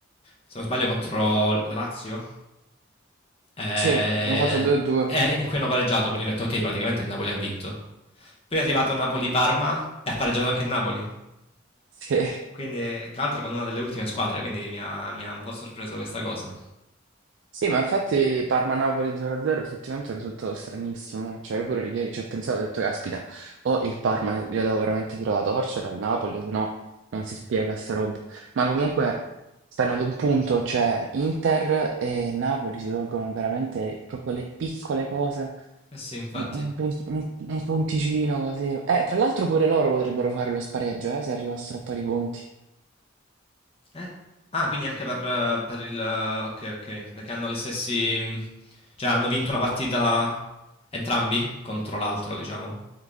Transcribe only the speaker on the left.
se non sbaglio contro la Lazio, eh,
eh, in cui hanno pareggiato, quindi ho detto ok, praticamente il Napoli ha vinto. Poi è arrivato Napoli-Parma e ha pareggiato anche il Napoli.
Quindi, tra l'altro, con una delle ultime squadre, quindi mi ha, mi ha un po' sorpreso questa cosa.
Eh sì, infatti.
Eh, Ah, quindi anche per, per il... Ok, ok, perché hanno gli stessi... Cioè, hanno vinto una partita entrambi contro l'altro, diciamo,